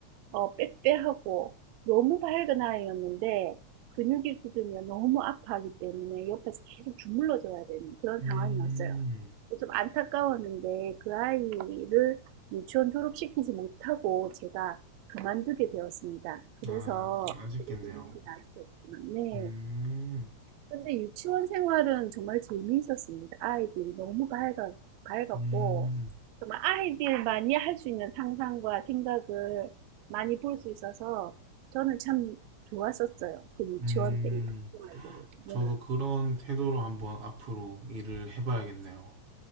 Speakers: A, on the right; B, on the right.
A: 어, 빼빼하고, 너무 밝은 아이였는데, 근육이 굳으면 너무 아파하기 때문에 옆에서 계속 주물러줘야 되는 그런
B: 음.
A: 상황이었어요. 좀 안타까웠는데 그 아이를 유치원 졸업시키지 못하고 제가 그만두게 되었습니다. 그래서
B: 아, 좀 아쉽겠네요.
A: 어떻게 됐는지 알 수 없지만, 네.
B: 음.
A: 근데 유치원 생활은 정말 재미있었습니다. 아이들이 너무 밝아, 밝았고,
B: 음.
A: 정말 아이들만이 할 수 있는 상상과 생각을 많이 볼 수 있어서 저는 참 좋았었어요. 그 유치원
B: 음.
A: 때 생활이. 네.
B: 저도 그런 태도로 한번 앞으로 일을 해봐야겠네요.